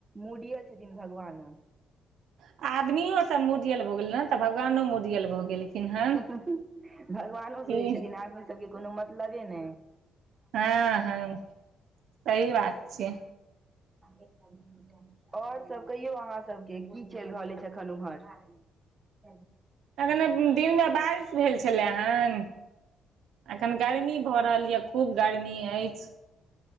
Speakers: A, on the right (about 25°); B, on the right (about 75°).
A: मूडियल छथिन भगवानो
B: आदमियो सब मुडियल भऽ गेल ने तऽ भगवानो मुडियल भऽ गेलखिन हन
A: ह ह <inaudible> भगवानो
B: की
A: बुझे छथिन आदमी सबके कोनो मतलबे नै
B: हँ हँ सही बात छै।
A: एक <inaudible> अऔर सब कहियौ अहाँ सबके की चइल रहल छै अखन उम्हर च
B: अखन दिनमे बारिश भेल
A: <inaudible>
B: छलै हन अखन गर्मी भऽ रहल यए खूब गर्मी अछि